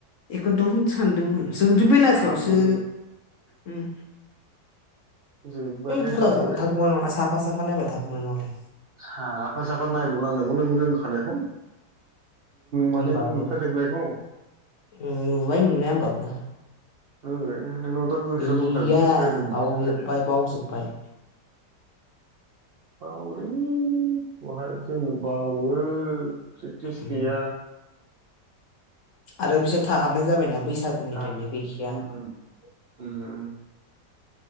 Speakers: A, on the left; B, on the right.
A: बेखौनोथ' होननो सानदोंमोन जोंथ' बेलासियावसो
B: हाबबोदो
A: उम
B: जोबबाथाय
A: <unintelligible>
B: हाबबोदो
A: साफा साफा <unintelligible>
B: साफा साफा नायबाव नांदो, नंगौ नों रोंखानायखौ माने
A: होनबाबो
B: नुखाजोबनायखौ
A: नुबाय नुनाया होमबाबो,
B: <unintelligible> गोसोआव
A: गैलिया
B: दंखाजोबसै सोर रोंदों
A: बावजोबाय
B: सोर रोङाखै
A: बावजोबाय।
B: बावोलै बहाय जोंनो बावो। प्रेक्टिस
A: उम,
B: गैया।
A: आरो बिसोर थाहाबनाय जाबायना बैसागुनिफ्रायनो
B: उम
A: गैखाया
B: उम उम